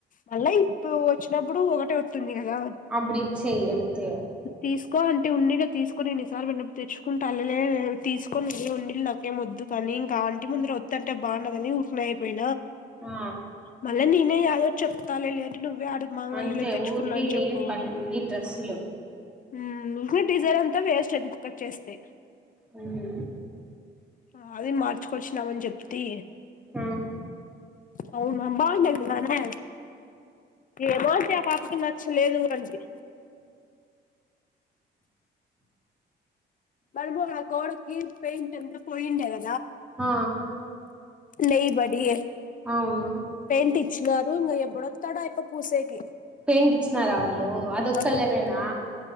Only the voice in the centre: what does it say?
అప్పుడు ఇచ్చేయి అంతే
ఆ
అంతే
ఊరికే
ఏంటి
అన్ని డ్రెస్సులు
ఉహ్
అ
ఆ
అవున
పెయింట్ ఇచ్చినారా వాళ్ళు అదొక్క
కలరేనా